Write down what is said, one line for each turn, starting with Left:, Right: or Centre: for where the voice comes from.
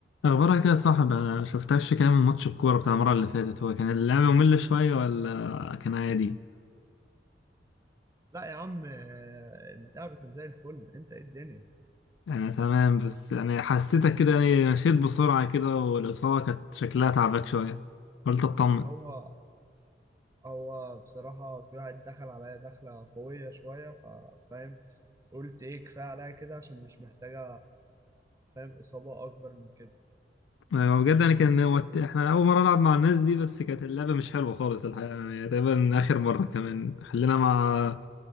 Left: اخبارك يا صاحب انا شفتكش كام من ماتش الكوره بتاع المره اللي فاتت هو كان اللعب ممل شويه ولا كان عادي
Right: لا يا عم آه، اللعب كان زي الفل انت ايه الدنيا
Left: انا تمام بس يعني حسيتك كده يعني مشيت بسرعه كده والاصابه كانت شكلها تعبك شويه قلت اطمن
Right: هو هو بصراحة في واحد دخل عليا دخلة قوية شوية ف- فاهم قلت ايه كفاية عليا كده عشان مش محتاجة فاهم إصابة أكبر من كده
Left: أيوة، بجد يعني كان هو الت- احنا اول مره نلعب مع الناس دي بس كانت اللعبه مش حلوه خالص الحقيقه يعني تقريبا اخر مره كمان خلينا مع